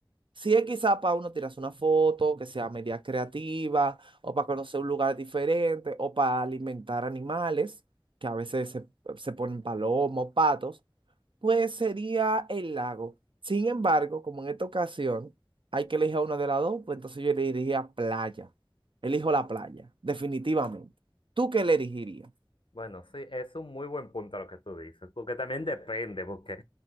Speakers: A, on the right (about 80°); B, on the left (about 80°).
A: Si es quizá para uno tirarse una foto, que sea media creativa, o para conocer un lugar diferente, o para alimentar animales, que a veces se, se ponen palomos, patos, pues sería el lago. Sin embargo, como en esta ocasión hay que elegir a una de las dos, pues entonces yo elegiría playa. Elijo la playa, definitivamente. ¿Tú qué le elegirías?
B: bueno, sí, es un muy buen punto lo que tú dices, porque también depende, porque